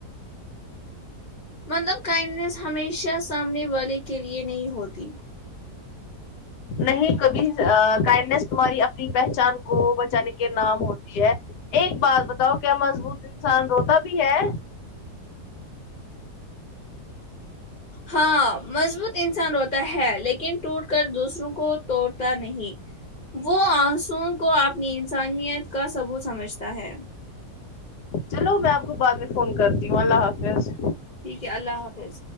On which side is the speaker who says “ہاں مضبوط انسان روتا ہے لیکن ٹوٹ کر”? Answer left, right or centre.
Left